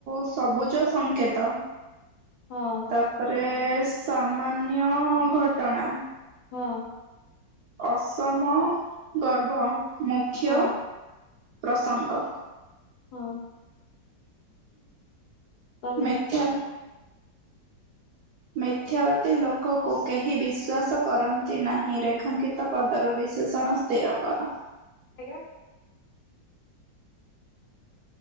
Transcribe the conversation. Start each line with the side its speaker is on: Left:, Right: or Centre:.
Right: ସବୁଜ ସଂଙ୍କେତ
Left: ହଁ
Right: ତାପରେ ସାମାନ୍ୟ ଘଟଣା।
Left: ହଁ।
Right: ଅସମ ଗର୍ଭ ମୁଖ୍ୟ
Left: ହଁ
Right: ପ୍ରସଙ୍ଗ
Left: ହଁ। ତାପରେ
Right: ମେଥା ମିଥ୍ୟାବାଦୀ ଲୋକକୁ କେହି ବିଶ୍ଵାସ କରନ୍ତି। ନାହିଁ ରେଖାଙ୍କିତ ପଦର ବିଶେଷଣ ସ୍ଥିର କର।
Left: <unintelligible>